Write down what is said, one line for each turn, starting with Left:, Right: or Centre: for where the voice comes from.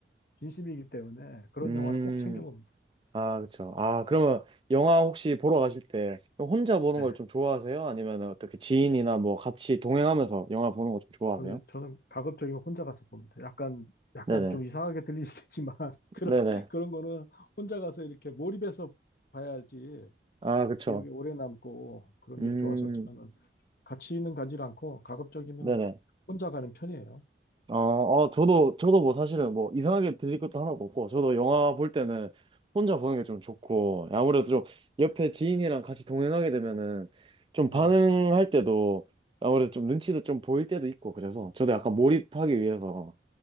Left: 진심이기 때문에 그런
Right: 음,
Left: 영화는 꼭 챙겨봅니다.
Right: 아, 그쵸. 아, 그러면 영화 혹시 보러 가실 때 혼자 보는
Left: 네.
Right: 걸 좀 좋아하세요? 아니면 어떻게 지인이나 뭐 같이 동행하면서 영화 보는 거 좀 좋아하세요?
Left: 그 저는 가급적이면 혼자 가서 봅니다. 약간 약간
Right: 네네.
Left: 좀 이상하게 들리시겠지만 <laughs> 그런
Right: 네네.
Left: 그런 거는 혼자 가서 이렇게 몰입해서 봐야지
Right: 아, 그쵸.
Left: 기억에 오래 남고 그런
Right: 음,
Left: 게 좋아서 저는 같이는 가지 않고 가급적이면
Right: 네네.
Left: 혼자 가는 편이에요.
Right: 어, 어, 저도, 저도 뭐 사실은 뭐 이상하게 들릴 것도 하나도 없고, 저도 영화 볼 때는 혼자 보는 게 좀 좋고, 아무래도 좀 옆에 지인이랑 같이 동행하게 되면은 좀 반응할
Left: 예.
Right: 때도 아무래도 좀 눈치도 좀 보일 때도 있고, 그래서 저도 약간 몰입하기 위해서